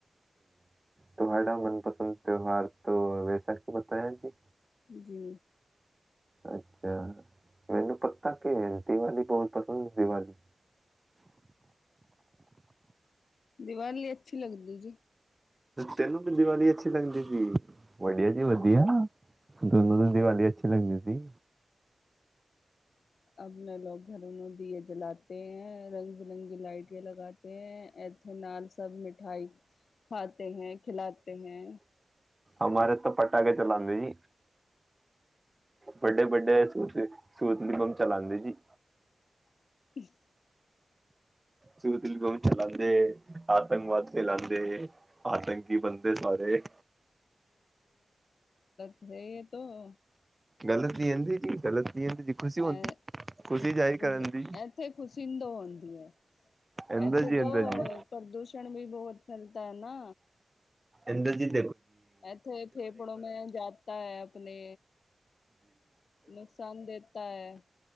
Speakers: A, on the right (about 20°); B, on the left (about 75°).
A: ਤੁਹਾਡਾ ਮਨਪਸੰਦ ਤਿਉੱਹਾਰ ਤਾਂ ਵੈਸਾ ਕੀ ਬਤਾਇਆ ਜੀ
B: ਜੀ
A: ਅੱਛਾ ਮੈਨੂੰ ਪਤਾ ਕਿ ਦੀਵਾਲੀ ਬਹੁਤ ਪਸੰਦ ਦੀਵਾਲੀ
B: ਦੀਵਾਰ ਲਈ ਅੱਛੀ ਲੱਗਦੀ ਜੀ
A: ਤੈਨੂੰ ਵੀ ਦੀਵਾਲੀ ਅੱਛੀ ਲੱਗਦੀ ਵਧੀਆ ਜੀ ਵਧੀਆ ਦੋਨੋਂ ਦੀ ਦੀਵਾਲੀ ਅੱਛੀ ਲੱਗਦੀ ਸੀ
B: ਅ ਆਪਣੇ ਲੋਕ ਘਰ <unintelligible> ਰਾਤ ਨੂੰ ਦੀਏ ਜਲਾਤੇ ਹੈ ਰੰਗ ਬਿਰੰਗੀ ਲਾਈਟੇਂ ਲਗਾਤੇ ਹੈ ਇੱਥੇ ਨਾਲ ਸਭ ਮਿੱਠਾਈ ਖਾਤੇ ਹੈ ਖਿਲਾਤੇ ਹੈ
A: ਹਮਾਰੇ ਤਾਂ ਪਟਾਖੇ ਚਲਾਉਦੇਂ ਜੀ ਵੱਡੇ ਵੱਡੇ ਨਿਗਮ ਚਲਾਂਦੇ ਜੀ
B: <unintelligible>
A: ਸਿਲ ਚਲਾਉਦੇ ਆਤੰਕਵਾਦ ਫੈਲਾਦੇ ਆਤੰਕੀ ਬੰਦੇ ਸਾਰੇ
B: ਰ ਤੋਂ <unintelligible>
A: ਗਲਤ ਹੀ ਕਹਿੰਦੀ ਜੀ ਗਲਤ ਨਹੀਂ ਹੁੰਦੀ ਜੀ ਖੁਸ਼ੀ ਹੁੰਦੀ
B: ਅ
A: ਖੁਸ਼ੀ ਜਾਹਿਰ
B: ਖ
A: ਕਰਨ ਦੀ
B: ਇੱਥੇ ਖੁਸ਼ਦ ਆਉਂਦੀ ਹੈ
A: ਅੰਦਰ
B: ਇੱਥੇ
A: ਜੀ
B: ਤੋਂ
A: ਅੰਦਰ ਜੀ
B: ਪ੍ਰਦੂਸ਼ਣ ਵੀ ਬਹੁਤ ਫੇਲਤਾ ਹੈ ਨਾ
A: ਇੰਦਰਜੀਤ
B: ਇੱਥੇ ਫੇਫੜੋ ਮੈਂ ਜਾਤਾ ਹੈ ਆਪਣੇ ਨੁਕਸਾਨ ਦੇਤਾ ਹੈ